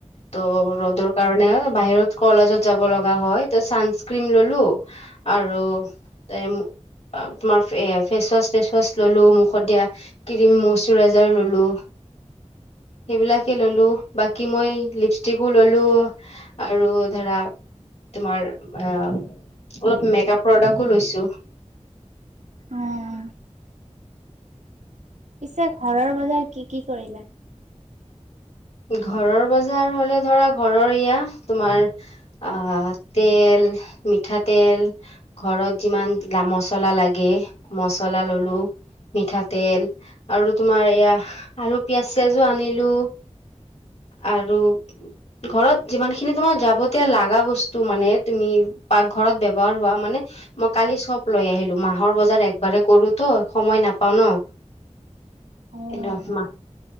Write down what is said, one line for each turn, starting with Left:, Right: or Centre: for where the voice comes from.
Left: ত' ৰ'দৰ কাৰণে বাহিৰত কলেজত যাব লগা হয় ত ছানস্ক্ৰীম ললো। আৰু এ তোমাৰ ফেচ ৱাচ তেচ ৱাচ ললো মুখত দিয়া ক্ৰিম মষ্টৰাইজাৰ ললো। সেইবিলাকে ললো বাকী মই লিপষ্টিকো ললো। আৰু ধৰা তোমাৰ আ অলপ মেক আপ প্ৰডাক্টো লৈছো।
Right: অ'অ পিছে ঘৰৰ বজাৰ কি কি কৰিলা?
Left: ঘৰৰ বজাৰ মানে ধৰা ঘৰৰ এয়া তোমাৰ অহ' তেল মিঠাতেল ঘৰত যিমান মা মচলা লাগে মচলা ললো। মিঠাতেল আৰু তোমাৰ এয়া আলু পিয়াজ চিয়াজো আনিলো। আৰু ঘৰত যিমান খিনি তোমাৰ যাৱতীয় লাগা বস্তু মানে তুমি পাকঘৰত ব্যৱহাৰ হোৱা মানে। মই কালি চব লৈ আহিলো মাহৰ বজাৰ একবাৰে কৰো ত সময় নাপাওঁ ন'।
Right: অ',
Left: এনেঅ অফমাহ